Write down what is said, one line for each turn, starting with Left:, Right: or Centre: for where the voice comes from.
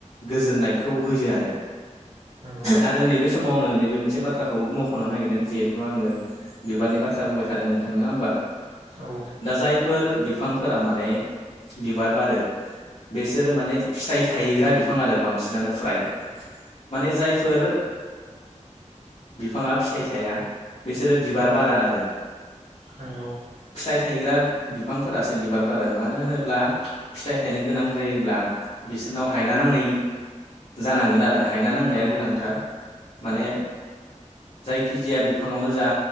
Left: गोजोननायखौ होयो आरो
Right: नंगौ नंगौ
Left: आरो नैबे समाव आङो नैबे मोनसे बाथ्राखौ मख'नो नागिरदों जिहेथु आङो बिबारनि बाथ्रा बुंबाय थादों नोंथां नोङा होमबा
Right: औ
Left: दा जायफोर बिफां फोरा माने बिबार बारो बिसोरो माने फिथाइ थायग्रा बिफां आरो बांसिनानो फ्राय माने जायफोर बिफाङा फिथाइ थाया बिसोरो बिबार बारा आरो
Right: नंगौ
Left: फिथाइ थायग्रा बिफांफोरासो बिबार बारो मानो होनोब्ला फिथाइ थायनो गोनां जायोब्ला बिसोरनाव हायना नांनाय जानांगोन आरो हायना नांनाया
Right: नंगौ
Left: गोनांथार माने जायखि जाया बिफाङावनो जा